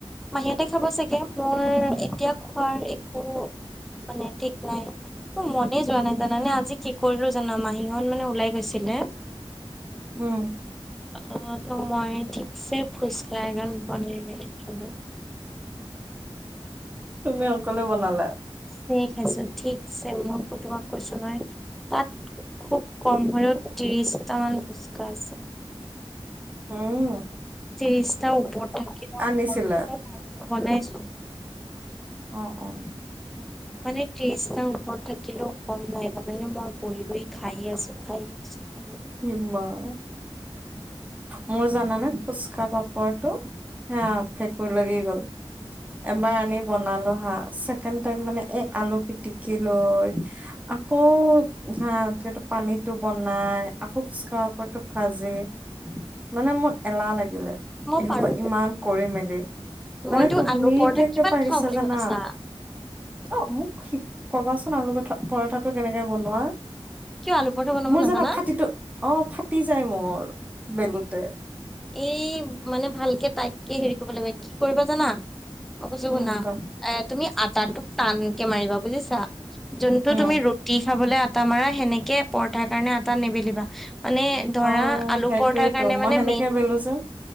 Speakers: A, in the centre; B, on the right (about 15°).
A: মাহীহতে খাব চাগে মোৰ এতিয়া খোৱাৰ একো মানে ঠিক নাই। মোৰ মনে যোৱা নাই জানানে আজি কি কৰিলো জানা মাহীহত মানে ওলাই গৈছিলে
B: উম,
A: অ, ত' মই ঠিকছে ফুচকা এগাল বনাই মেলি মেলি খালো।
B: তুমি অকলে বনালা?
A: ঠিক আছে ঠিকছে মোক তোমাক কৈছো নহয় তাত খোক কমভৰত ত্ৰিছটামান ফুচকা আছে।
B: হম,
A: ত্ৰিশটা ওপৰত থাকিল <unintelligible>
B: আনিছিলা
A: বনাইছো।
B: অ', অ',
A: মানে ত্ৰিশটা ওপৰত থাকিলেও কম নাই তাৰমানে মই বহি-বহি খাই আছো খাই <unintelligible>
B: <unintelligible> মোৰ জানাানে ফুচকা পাপৰটো সেয়া ভেকুৰ লাগি গ'ল। এবাৰ আনি বনালো হা ছেকেণ্ড টাইম মানে এ আলু পিটিকি লৈ আকৌ হা যিহেতু পানীটো বনাই আকৌ ফুচকা পাপৰতো ভাজি মানে মোৰ এলাহ লাগিলে।
A: মই
B: এসোপা
A: পাৰো
B: ইমান কৰে মেলি মানে
A: মইতো
B: তুমি
A: আলু পৰঠা
B: এতিয়া
A: কিমান
B: কিয় পাৰিছা
A: খাওঁ বুলি
B: জানা
A: ভাবিছা।
B: অ, মোক শি কবাচোন আলু পঠা -পৰঠাটো কেনেকে বনোৱা?
A: কিয় আলু পৰঠা বনাব
B: মোৰ
A: নাজানা?
B: জানা ফাটিটো অ, ফাটি যায় মোৰ বেলুতে।
A: এই মানে ভালকে তাইটকে হেৰি কৰিব লাগিব কি কৰিবা জানা মই কৈছো
B: উম
A: শুনা
B: কোৱা
A: এ তুমি আটাটোক টানকে মাৰিবা বুজিছা যোনটো
B: উম
A: তুমি ৰু তি খাবলে আটা মাৰা সেনেকে পৰঠাৰ কাৰণে আটা নিবেলিবা মানে ধৰা
B: অ
A: আলু
B: সেইটোয়েতো
A: পৰঠাৰ কাৰণে
B: মই
A: মানে
B: সেনেকে
A: মেইন
B: বেলো যে